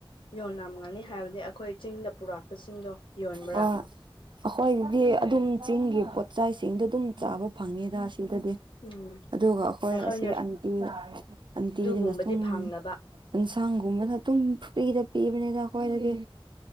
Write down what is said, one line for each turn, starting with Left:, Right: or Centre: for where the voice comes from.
Left: ꯌꯣꯜꯂꯝꯒꯅꯤ ꯍꯥꯏꯕꯗꯤ ꯑꯩꯈꯣꯏ ꯆꯤꯡꯗ ꯄꯨꯔꯛꯄꯁꯤꯡꯗꯣ ꯌꯣꯟꯕ꯭ꯔꯥ
Right: ꯍꯣꯏ ꯑꯩꯈꯣꯏꯗꯤ ꯑꯗꯨꯝ ꯆꯤꯡꯒꯤ ꯄꯣꯠꯆꯥꯏꯁꯤꯡꯗꯣ ꯑꯗꯨꯝ ꯆꯥꯕ ꯐꯪꯉꯦꯗ ꯁꯤꯗꯗꯤ
Left: ꯎꯝ
Right: ꯑꯗꯨꯒ ꯑꯩꯈꯣꯏ
Left: ꯑꯩꯈꯣꯏꯅ
Right: ꯑꯁꯤ ꯑꯟꯇꯤ ꯑꯟꯇꯤꯗꯅ
Left: ꯑꯗꯨꯒꯨꯝꯕꯗꯤ
Right: ꯁꯨꯝ
Left: ꯐꯪꯅꯕ
Right: ꯑꯦꯟꯁꯥꯡꯒꯨꯝꯕꯗ ꯑꯗꯨꯝ ꯐ꯭ꯔꯤꯗ ꯄꯤꯕꯅꯤꯅ ꯑꯩꯈꯣꯏꯗꯒꯤ